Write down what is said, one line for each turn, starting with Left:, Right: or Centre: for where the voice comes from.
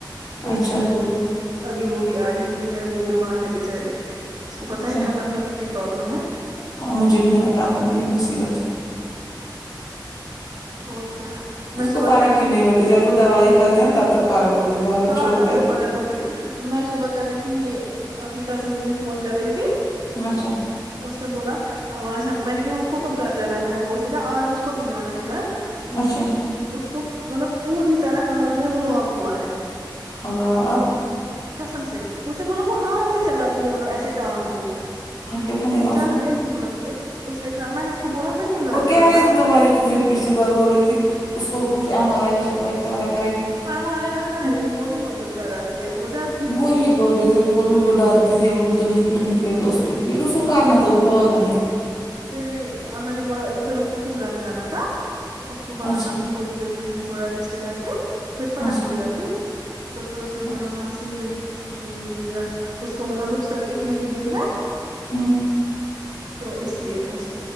Right: ایک
Left: اچھا
Right: ہی ہوئی ہے ابھی وہ بھی آئی ہوئی ہے وہ بیمار ہے بچاری اس کو پت
Left: اچھا
Right: ہے کمر میں کتنی پروابلم ہے
Left: اور مجھے بھی ہے نا کمر میں یہ مصیبت ہے
Right: اور کیا میں
Left: اس کو
Right: صبح
Left: فارق
Right: کر رہی تھی
Left: ہی نہیں ہوتے جب تک دوائی کھاتے ہیں نا تب تک فارق ہوتے دوائی
Right: ہاں
Left: چھوڑتے
Right: تب تک
Left: ہیں تو
Right: فرق ہوتی ہے میں صبح کر رہی تھی یہ اپنی کزن مجھے فون کر رہی تھی
Left: اچھا
Right: اس سے بولا آج میں نے کہا اس کو کب گھر جانا ہے بہن کو اس نے کہا آج اس کو بھی جانا ہے گھر
Left: اچھا
Right: لیکن اس کو مطلب پوری طرح کمر جو ہے وہ لاک ہوا ہے
Left: ہیلو آپ
Right: قسم سے اسے بولا وہ ہاتھ سے چلاتی ہے مطلب ایسے ٹانگ کو
Left: اب کیا بنے
Right: وہ
Left: گا
Right: چل
Left: اس کو
Right: بھیے نہیں پاتتی ہے اس نے کہا میں نے اس کو بولا پھر کیوں گھر
Left: وہ کہہ
Right: جانا
Left: رہی
Right: تھا
Left: تھی تمہاری پھوفی پچھلی بار ہو رہی تھی اس کو کچھ ایم آر آئی ر
Right: اسومارے رہتا ہے لیکن وہ نہیں م کر رہاتی ہے وہ ڈر
Left: وہی بول رہے تھے وہ بھی وہ ڈار رہی تھی بولتے مجھے کچھ نکلے گا اس پ بالکل س کرنس
Right: وہی
Left: تھاو وہ پاگل ہے
Right: پھر یہ میں نے بولا پھر اس کو کیوں گھر جانا تھا اس کو پکڑنا
Left: اچھا
Right: تھا تھوڑی دیر وہی تھوڑا ریسٹ کرتے پھر فرق
Left: اچھا
Right: ہو جاتے تو پھر اس نے
Left: اچھا
Right: بولا وہاں سے چ یہ اس کو مطلب رخصت اتنے ہی دن ہے
Left: ہوں
Right: تو اس لیے اس